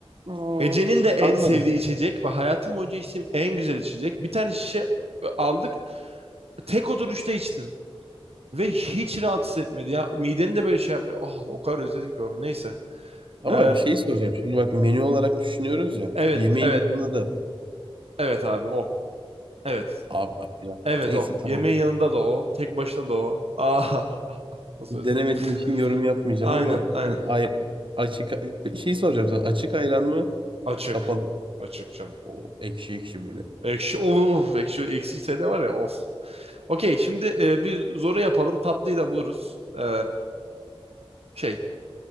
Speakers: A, on the right; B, on the right.
A: Aa,
B: Ece'nin de en
A: Anladım.
B: sevdiği içecek ve hayatım boyunca içtiğim en güzel içecek. Bir tane şişe e, aldık. Tek oturuşta içtim. Ve hiç rahatsız etmedi ya. Mideni de böyle şey yapmıyor. Oh, o kadar özledim ki onu. Neyse.
A: Ama
B: Ee,
A: şey soracağım. Şimdi bak menü olarak düşünüyoruz ya.
B: evet,
A: Yemeğin
B: evet,
A: yanında da
B: evet abi o. Evet.
A: abi, ayran.
B: Evet
A: Neyse
B: o.
A: tamam.
B: Yemeğin yanında da o. Tek başına da o. Ah. Nasıl
A: Denemediğim
B: özledin?
A: için
B: <laughs>
A: yorum yapmayacağım
B: Aynen
A: ama
B: aynen.
A: ben ay, açık şey soracağım sana. Açık ayran mı?
B: Açık.
A: Kapalı. mı?
B: Açık canım.
A: O ekşi ekşi böyle.
B: Ekşi of ekşi ekşi sene var ya of. Okey şimdi e, bir zoru yapalım. Tatlıyı da buluruz. Ee, şey